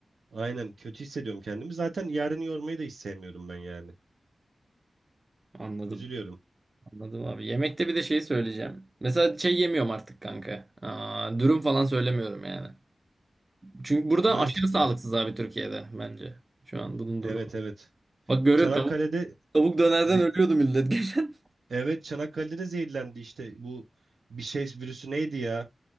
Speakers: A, on the right; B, on the right.
A: Aynen kötü hissediyorum kendimi. Zaten Yaren'i yormayı da hiç sevmiyorum ben yani.
B: Anladım.
A: Üzülüyorum.
B: Anladım abi. Yemekte bir de şeyi söyleyeceğim. Mesela şey yemiyorum artık kanka. Aa, dürüm falan söylemiyorum yani. Çünkü burada
A: Mantıklı.
B: aşırı sağlıksız abi Türkiye'de bence. Şu an bunun
A: Evet
B: durumu.
A: evet.
B: Bak görüyorsun
A: Çanakkale'de
B: tavuk, tavuk dönerden
A: ze-
B: ölüyordu millet <laughs> geçen.
A: evet Çanakkale'de de zehirlendi işte bu bir şey virüsü neydi ya?